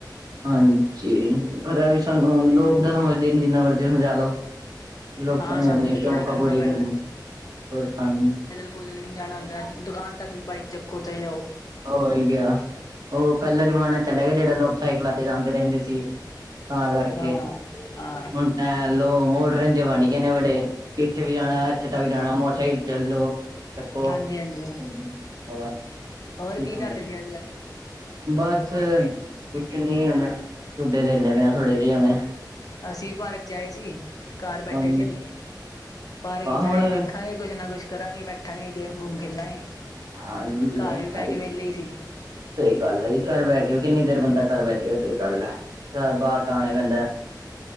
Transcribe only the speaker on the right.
ਹਾਂਜੀ ਪਰ ਇਹ ਵੀ ਸਾਨੂੰ ਲੋਕ ਤਾਂ ਸਮਝਦੇ ਨੀ ਜਿੰਨਾ ਮਰਜ਼ੀ ਸਮਝਾ ਲਓ। ਲੋਕਾਂ
ਨੇ
ਆਪਨੇ
ਸ਼ੌਕ
ਪੂਰੇ
ਹੀ ਕਰਨੇ
ਹੋਹੀ ਗਿਆ ਉਹ ਪਹਿਲਾ ਜਮਾਨੇ ਚਲੇ ਗਏ ਜਿਹੜਾ ਲੋਕ ਸਾਈਕਲਾਂ ਤੇ ਜਾਂਦੇ ਰਹਿੰਦੇ ਸੀ ਤਾਂ ਕਰਕੇ
ਹੁਨ ਏ ਲੋਕ ਮੋਡਰਨ ਜੇ ਬਣ ਗਏ ਨੇ ਬੜੇ ਕਿੱਥੇ ਵੀ ਜਾਣਾ ਇੱਥੇ ਤੱਕ ਜਾਣਾ ਮੋਟਰਸਾਈਕਲ ਤੇ ਚੱਲ ਜੋ। ਚਪੋ
<unintelligible>
ਬਸ ਕੁਛ ਨੀ ਹੁਨਸ਼ ਥੁਡੇ ਲੈਨੇ ਪੈ ਹਾਂ ਥੋੜੇ ਜਿਹੇ ਹੁਨ
ਹਾਂਜੀ,
ਹੁਣੇ
ਆਾਂ
<unintelligible>
ਸਹੀ ਗੱਲ ਐ ਘਰ ਬਹਿ ਕੇ ਵੀ ਕਿੰਨੀ ਦੇਰ ਬੰਦਾ ਘਰ ਬਹਿ ਜੇਗਾ ਸਹੀ ਗੱਲ ਐ ਬਾਹਰ ਤਾਂ ਆਣਾ ਈ ਪੈਂਦਾ